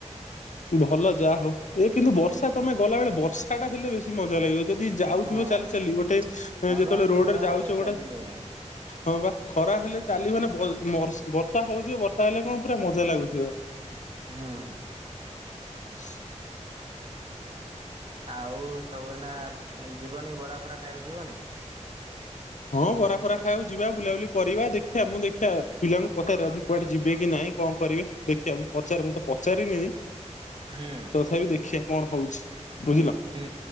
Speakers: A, on the left; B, on the right.
A: ଭଲ ଯାହା ହଉ। ଏ କିନ୍ତୁ ବର୍ଷା ତମେ ଗଲାବେଳେ ବର୍ଷା ଟା ହେଲେ ବେଶୀ କି ମଜା ଲାଗିବ। ଯଦି ଯାଉଥିବ
B: ହଁ
A: ଚାଲି ଚାଲି ଗୋଟେ ଯେତେବେଳେ
B: ବା
A: ରୋଡରେ
B: ଖରା
A: ଯାଉଛ
B: ହେଲେ ଚାଲି
A: ଗୋଟେ
B: ହୁଏନା।
A: ହଁ ବା ଖରା ହେଲେ ଚାଲିବ ମାନେ ବର୍ଷା ହଉଥିବ ବର୍ଷା ହେଲେ କଣ ପୁରା ମଜା ଲାଗୁଥିବ।
B: ହଁ।
A: <inaudible>
B: ଆଉ ସବୁ ଏଇନା ଯିବନି ବରା ଫରା ଖାଇବାକୁ ଯିବନି।
A: ହଁ ବରା ଫରା ଖାଇବାକୁ ଯିବା ବୁଲାବୁଲି କରିବା। ଦେଖିବା ମୁଁ ଦେଖିବା ପିଲାଙ୍କୁ ପଚାରେ ଆଜି କୁଆଡେ ଯିବେ କି ନାଇଁ। କଣ କରିବେ ଦେଖିବା ମୁଁ ପଚାରେ ମୁଁ ତ ପଚାରିନି।
B: ହୁଁ
A: ତଥାପି ଦେଖିବା କଣ ହଉଚି ବୁଝିଲ।
B: ହୁଁ